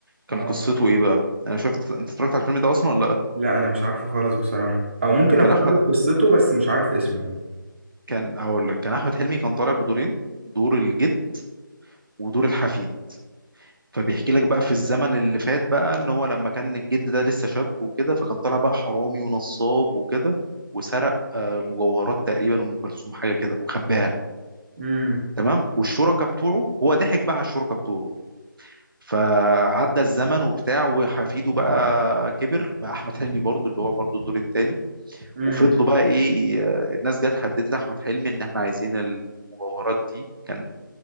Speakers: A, on the right (about 75°); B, on the right (about 35°).
A: كان
B: اه
A: قصته ايه بقى انا شفت انت اتفرجت على الفيلم ده اصلا ولا لا
B: لا انا مش عارفه خالص بصراحة او ممكن
A: كان
B: اكون
A: احمد
B: عارف قصته بس مش عارف اسمه
A: كان هقول لك كان احمد حلمي كان طالع بدورين دور الجد ودور الحفيد فبيحكي لك بقى في الزمن اللي فات بقى ان هو لما كان الجد ده لسه شاب وكده فكان طالع بقى حرامي ونصاب وكده وسرق آه، مجوهرات تقريبا ام كلثوم حاجه كده وخباها
B: امم
A: تمام والشركاء بتوعه هو ضحك بقى على الشركاء بتوعه فعدى الزمن وبتاع وحفيده بقى كبر بقى احمد حلمي برضو اللي هو برضو الدور الثاني
B: امم
A: وفضلوا بقى ايه الناس جت هددت احمد حلمي ان احنا عايزين المجوهرات دي كان